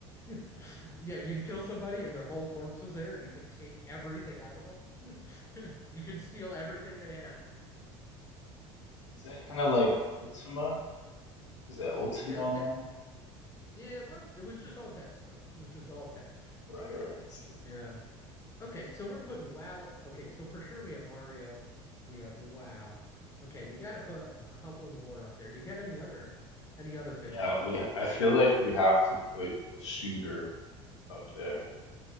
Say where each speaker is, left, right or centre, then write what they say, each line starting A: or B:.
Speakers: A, on the left; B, on the left.
A: <laughs> Yeah, you'd kill somebody and their whole corpse was there and you could take everything out of them. <laughs> You could steal everything they had.
B: Is that kind of like Ultima? Is that Ultima
A: Yeah, it was
B: Online?
A: kind of, yeah, well, it was just all text though. It was just all text.
B: Right, right, I see.
A: Yeah. Okay, so we're putting WoW. Okay, so for sure we have Mario, we have WoW. Okay, we got to put a couple more up there. Do you got any other any other big
B: Yeah,
A: ones?
B: we, I feel like we have to put a shooter up there,